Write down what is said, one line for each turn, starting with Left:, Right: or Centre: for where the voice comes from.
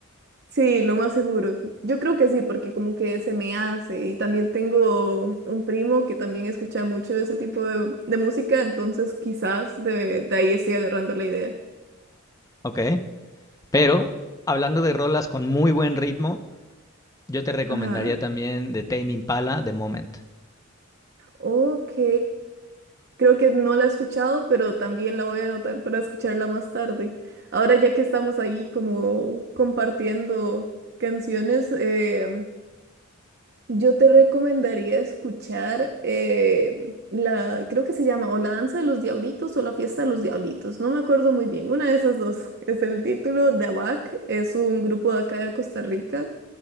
Right: sí, lo más seguro. Yo creo que sí, porque como que se me hace. Y también tengo un primo que también escucha mucho ese tipo de, de música, entonces quizás de, de ahí estoy agarrando la idea.
Left: Ok, pero hablando de rolas con muy buen ritmo, yo te recomendaría
Right: Ajá.
Left: también de Tame Impala, The Moment.
Right: Ok, creo que no la he escuchado, pero también la voy a anotar para escucharla más tarde. Ahora ya que estamos ahí como compartiendo canciones, eh, yo te recomendaría escuchar eh, la, creo que se llama o La Danza de los Diablitos o La Fiesta de los Diablitos, no me acuerdo muy bien, una de esas dos <laughs> es el título de ABAC, es un grupo de acá de Costa Rica,